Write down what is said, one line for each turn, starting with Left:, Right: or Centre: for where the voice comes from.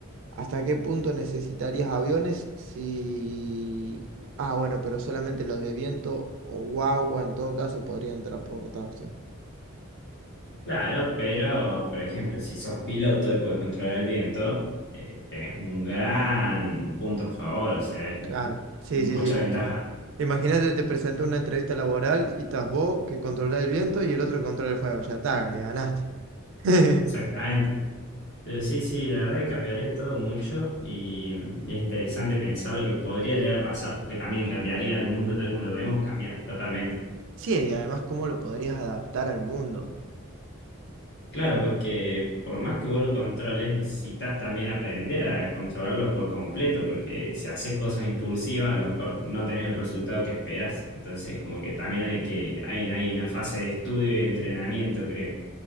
Right: ¿hasta qué punto necesitarías aviones si... Ah, bueno, pero solamente los de viento o agua en todo caso podrían transportarse.
Left: Claro, pero por ejemplo, si sos piloto y podés controlar el viento, eh, tenés un gran punto a favor, o sea, es
Right: Claro,
Left: m-
Right: sí,
Left: mucha
Right: sí, sí.
Left: ventaja.
Right: Imagínate, te presentó una entrevista laboral y estás vos que controla el viento y el otro que controla el fuego. Ya está, le ganaste. <laughs>
Left: Exactamente. Pero sí, sí, la verdad que cambiaría todo mucho y, y es interesante pensar lo que podría llegar a pasar, porque también cambiaría el mundo tal como lo vemos, cambia totalmente.
Right: Sí, y además, ¿cómo lo podrías adaptar al mundo?
Left: Claro, porque por más que vos lo controles, necesitas también aprender a controlarlo por completo, porque si haces cosas impulsivas, a lo mejor no tenés el resultado que esperás. Entonces, como que también hay que, hay, hay una fase de estudio y entrenamiento, creo.